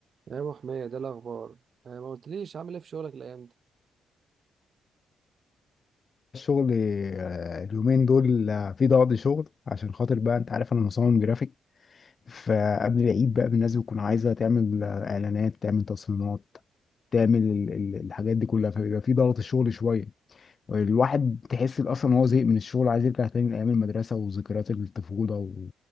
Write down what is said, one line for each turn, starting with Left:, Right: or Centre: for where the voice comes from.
Right: يا ابو حميد ده الاخبار آه، ما قلتليش عامل ايه في شغلك الايام دي
Left: الشغل آه، اليومين دول آه، في ضغط شغل عشان خاطر بقى انت عارف انا مصمم جرافيك فقبل العيد بقى الناس بتكون عايزه تعمل آه، اعلانات تعمل تصميمات تعمل ال- ال- الحاجات دي كلها فبيبقى في ضغط شغل شويه الواحد تحس اصلا ان هو زهق من الشغل عايز يرجع تاني لايام المدرسه وذكريات الطفوله و...